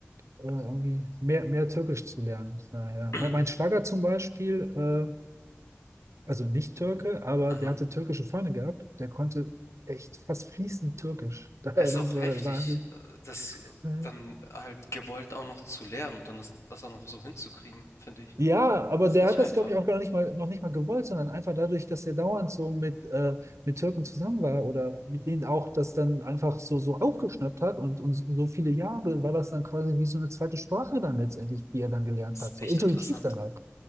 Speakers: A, on the right (about 80°); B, on the left (about 80°).
A: äh, irgendwie mehr, mehr Türkisch zu lernen. Naja.
B: <clears throat>
A: Mein, mein Schwager zum Beispiel, äh, also nicht Türke, aber
B: Aha.
A: der hatte türkische Freunde gehabt. Der konnte echt fast fließend Türkisch. <laughs> Daher,
B: Es ist
A: das
B: auch
A: war
B: heftig,
A: der Wahnsinn.
B: äh, das
A: Mhm.
B: dann halt gewollt auch noch zu lernen und dann das das auch noch so hinzukriegen, finde ich.
A: Ja, aber
B: Ist
A: der
B: nicht
A: hat
B: einfach.
A: das, glaube ich, auch gar nicht mal, noch nicht mal gewollt, sondern einfach dadurch, dass er dauernd so mit, äh, mit Türken zusammen war oder mit denen auch das dann einfach so, so aufgeschnappt hat und, und so viele Jahre war das dann quasi wie so eine zweite Sprache dann letztendlich, die er dann gelernt
B: Ist
A: hat, so
B: echt
A: intuitiv
B: interessant.
A: dann halt.